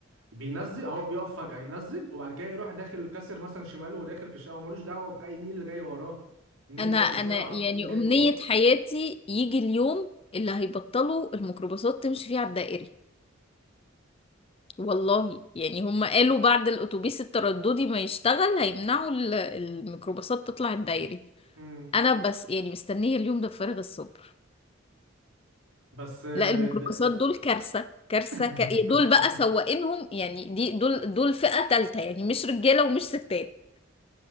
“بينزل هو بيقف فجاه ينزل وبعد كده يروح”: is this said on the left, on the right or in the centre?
Right